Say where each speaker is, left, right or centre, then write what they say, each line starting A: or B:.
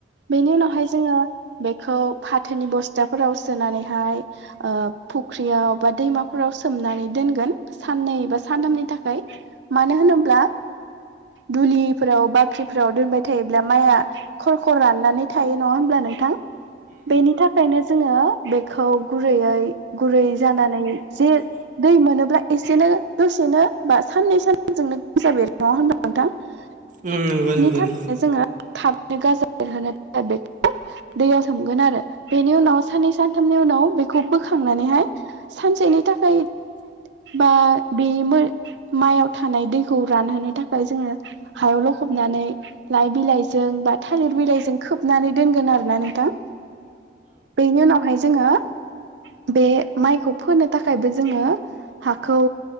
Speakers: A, on the right (about 85°); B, on the right (about 45°).
A: बेनि उनावहाय जोङो बेखौ फाथोनि बस्थाफोराव सोनानैहाय ओ फुख्रियाव बा दैमाफोराव सोमनानै दोनगोन। साननै बा सानथामनि थाखाय मानो होनोब्ला दुलिफोराव बाख्रिफोराव दोनबाय थायायोब्ला माइया खर खर राननानै थायो नङा हब्ला नोंथां बेनि थाखायनो जोङो बेखौ गुरैयै गुरै जानानै जे दै मोनोब्ला एसेनो दसेनो बा साननै सानथामजोंनो गाजा बेर होनबा नोंथां
B: उम नंंगौ
A: बेनि
B: नंगौ
A: थाखायनो जोङो थाबैनो गाजा बेरहोनाय बेखौ दैयाव सोमगोन आरो बेनि उनाव साननै सानथामनि उनाव बेखौ बोखांनानैहाय सानसेनि थाखाय बा बे माइयाव थानाय दैखौ रानहोनो थाखाय जोङो हायावल' खबनानै लाइ बिलाइजों बा थालिर बिलाइजों खोबनानै दोनगोन आरो ना नोंथां बेनि उनावहाय जोङो बे माइखौ फोनो थाखायबो जोङो हाखौ